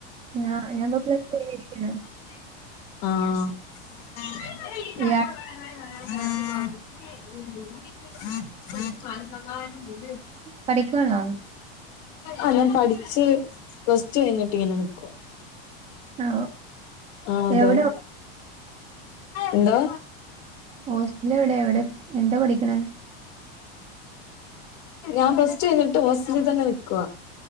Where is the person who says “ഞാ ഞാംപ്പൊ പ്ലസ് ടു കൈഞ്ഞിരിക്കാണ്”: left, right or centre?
Right